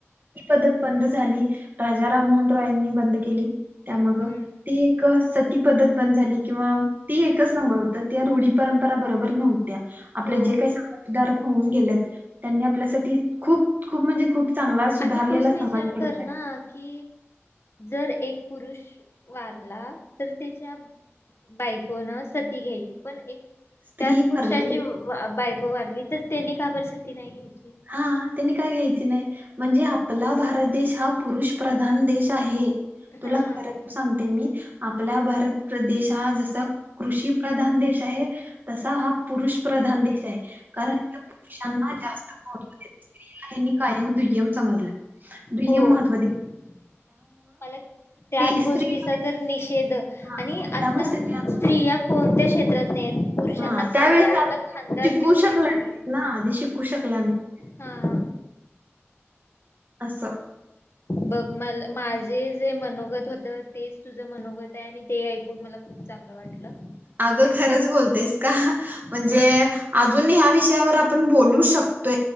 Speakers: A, on the right (about 40°); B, on the left (about 60°).
A: पद् <unintelligible> बंद झाली राजा राममोहन रॉयनी बंद केली त्याग
B: हम्म
A: ती. सती पद्धत बंद झाली किंवा ती एकच नंबर होत त्या रूढी परंपरा बरोबर नव्हत्या. आपले
B: हो
A: जे काही सवातधारक होऊन गेलेत त्यांनी आपल्यासाठी खूप खूप म्हणजे खूप. चांगला सुधारलेला
B: आता तूच
A: समाज
B: विचार
A: घडवलाय.
B: कर ना की जर एक पुरुष वारला तर त्याच्या. बायकोन सती घ्यायची पण एक
A: स्त्री
B: त्याच पुरुषाची
A: भरली
B: बायको वारली तर त्यानी का बर सती नाही घेली.
A: हा त्यांनी काय घयची. नाही म्हणजे आपला भारत देश हा पुरुष प्रधान देश आहे. तुला
B: हा
A: खर सांगते मी. आपला भारतदेश हा जसा कृषी प्रधान देश आहे तसा हा पुरुष प्रधान देश आहे कारण पुरुषांना जास्त. स्त्री ला यांनी कायम दुय्यम समजला दुय्यम
B: हो
A: महत्त्व.
B: मला त्याच
A: स्त्री
B: गोष्टीचा तर निषेध आणि
A: हां,
B: आता.
A: त्यामुळे स्त्रिया
B: स्त्रिया कोणत्या. नाही पुरुषांना
A: हां,
B: खांदाला
A: त्यावेळेस त्या
B: खांदा
A: शिकू
B: देऊनय
A: शकल्या
B: स्त्री
A: नाहीत ना, आधी शिकू शकल्या नाहीत
B: हा.
A: अससं.
B: बघ म माझे जे मनोगत होत तेच तुझं मनोगत आहे आणि ते ऐकून मला खूप चांग चांगलं वाटलं.
A: अगं खरंच बोलतेस का म्हणजे
B: हम्म.
A: अजून ह्या विषयावर आपण बोलू शकतो.